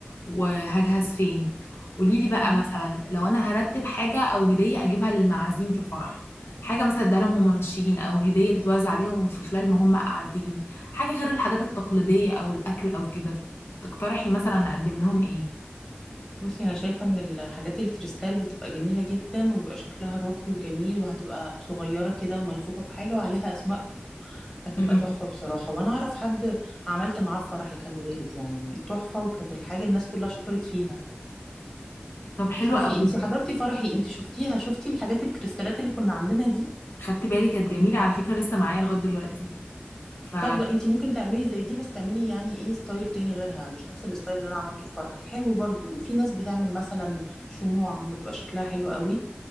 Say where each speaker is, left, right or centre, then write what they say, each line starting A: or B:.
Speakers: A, on the left; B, on the left.
A: وهجهز فين قولي لي بقى
B: مم.
A: مثلا لو انا هرتب حاجه او هديه اجيبها للمعازيم في الفرح حاجه مثلا اديها لهم وهم ماشيين او هديه تتوزع عليهم في خلال ما هم قاعدين حاجه غير الحاجات التقليديه او الاكل او كده تقترحي مثلا اقدم لهم ايه
B: بصي انا شايفه ان الحاجات الكريستال بتبقى جميله جدا وبيبقى شكلها راقي وجميل وهتبقى صغيره كده وملفوفه بحاجه وعليها اسمائكم هتبقى
A: امم
B: تحفه بصراحه وانا اعرف حد عملت معاه فرحي خلي بالك يعني تحفه وكانت الحاجه الناس كلها شكرت فيها
A: طب حلو
B: شوفي
A: قوي
B: انت حضرتي فرحي انت شفتيها شفتي الحاجات الكريستالات اللي كنا عاملينها دي
A: خدت بالي كانت جميلة على فكرة لسه معايا لغاية دلوقتي ف
B: طب انت ممكن تعملي زي دي بس تعملي يعني ايه ستايل تاني غيرها مش نفس الستايل اللي انا عملته في فرحي حلو برضو وفي ناس بتعمل مثلا شموع بتبقى شكلها حلو قوي